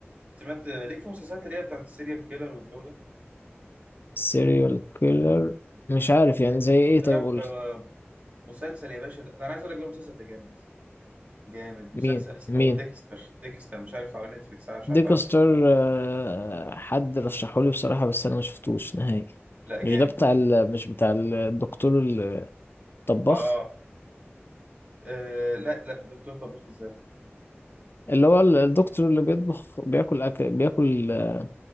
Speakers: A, on the right; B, on the left.
A: سمعت ليك في المسلسلات اللي هي بتاعت السيريال كيلر والجو ده
B: سيريال كيلر مش عارف يعني زي ايه
A: تعرف
B: طيب قول
A: آه،
B: لي
A: مسلسل يا باشا ده ده انا عايز اقول لك بقى المسلسل ده جامد جامد مسلسل
B: مين
A: اسمه
B: مين
A: ديكستر ديكستر مش عارف على نتفليكس مش
B: ديكستر
A: عارف عارفه ولا
B: آه، حد رشحولي بصراحة بس أنا ما شفتوش نهائي
A: لا لا، جامد
B: مش ده بتاع ال... مش بتاع الدكتور الطباخ
A: اه آه، لا لا دكتور طباخ الذات
B: اللي هو الدكتور اللي بيطبخ بياكل أكل بياكل آه،